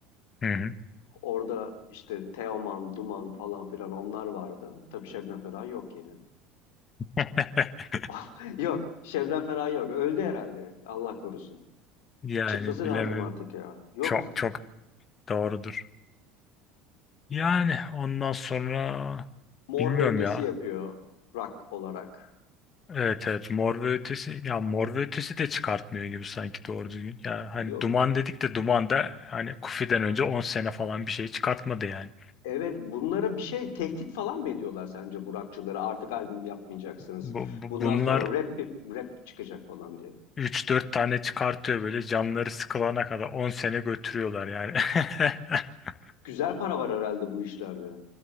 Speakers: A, on the left; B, on the left.
A: Hı hı.
B: Orada işte Teoman, Duman falan filan onlar vardı. Tabii Şebnem Ferah yok yine.
A: <laughs>
B: <laughs> Yok, Şebnem Ferah yok. Öldü herhalde. Allah korusun.
A: Yani
B: Çıkması
A: bilemiyorum.
B: lazım artık ya. Yok
A: Çok çok doğrudur. Yani ondan sonra
B: Mor
A: bilmiyorum
B: ve Ötesi
A: ya.
B: yapıyor rock olarak.
A: Evet evet Mor ve Ötesi ya Mor ve Ötesi de çıkartmıyor gibi sanki doğru düzgün. Ya hani
B: Yok.
A: Duman dedik de Duman da hani Kufi'den önce on sene falan bir şey çıkartmadı yani.
B: Evet bunlara bir şey tehdit falan mı ediyorlar sence burakçıları? Artık albüm yapmayacaksınız.
A: Bu, bu-
B: Bundan
A: bunlar
B: sonra rap rap çıkacak falan diye.
A: üç dört tane çıkartıyor böyle canları sıkılana kadar on sene götürüyorlar yani. <laughs>
B: Güzel para var herhalde bu işlerde.